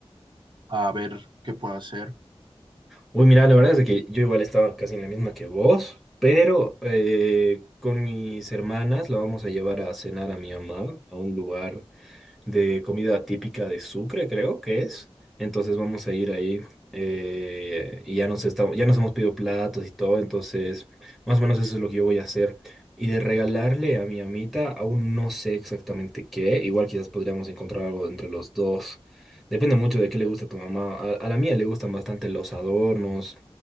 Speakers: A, on the right; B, in the centre.
A: a ver qué puedo hacer.
B: Uy, mira, la verdad es de que yo igual estaba casi en la misma que vos, pero eh, con mis hermanas la vamos a llevar a cenar a mi mamá a un lugar de comida típica de Sucre, creo que es. Entonces vamos a ir ahí eh, y ya nos estamos, ya nos hemos pedido platos y todo, entonces más o menos eso es lo que yo voy a hacer. Y de regalarle a mi amita, aún no sé exactamente qué, igual quizás podríamos encontrar algo entre los dos. Depende mucho de qué le gusta a tu mamá. A, a la mía le gustan bastante los adornos,